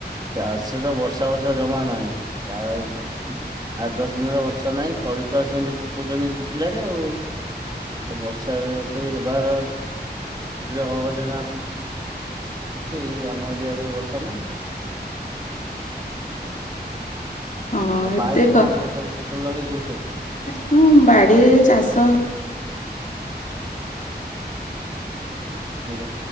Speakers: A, on the right; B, on the left.
A: ଚାଷ ତ ବର୍ଷା ବର୍ଷା ଜମା ନାହିଁ କା ଆଠ ଦଶ ଦିନ୍ ହେଲା ବର୍ଷା ନାହିଁ ତଳି ତ ସେମିତି ପକଉଚନ୍ତି ଶୁକିଲା ରେ ଆଉ। <unintelligible> ତ ସବୁଆଡ଼େ ବର୍ଷା ହଉଚି ଏଇ ଆମ ଏରିଆରେ ବର୍ଷା ନାହିଁ।
B: ହଁ
A: ଆଉ ବାଇରେ
B: ଏତେ
A: କଣ ଫସଲ- ଫସଲ ଲଗେଇଚନ୍ତି ସବୁ?
B: ହୁଁ- ବାଡିରେ ଚାଷ
A: ଆଜ୍ଞା।